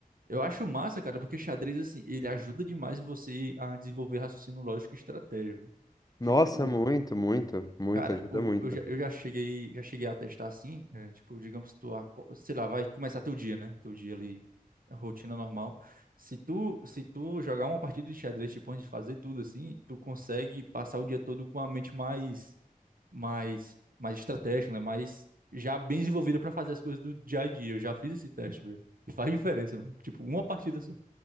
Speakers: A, on the right (about 70°); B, on the left (about 25°).
A: eu acho massa, cara, porque xadrez, assim, ele ajuda demais você a desenvolver raciocínio lógico e estratégia, velho.
B: Nossa,
A: Tipo, o.
B: muito, muito, muito,
A: Cara,
B: ajuda
A: o,
B: muito.
A: eu já, eu já cheguei, já cheguei a testar assim, é, tipo, digamos, tu, aco- sei lá, vai começar teu dia, né? Teu dia ali, a rotina normal. Se tu, se tu jogar uma partida de xadrez, tipo, antes de fazer tudo assim, tu consegue passar o dia todo com a mente mais mais, mais estratégico, né? Mais já bem desenvolvida para fazer as coisas do dia a dia. Eu já fiz esse teste, velho. E faz diferença, mano. Tipo, uma partida só.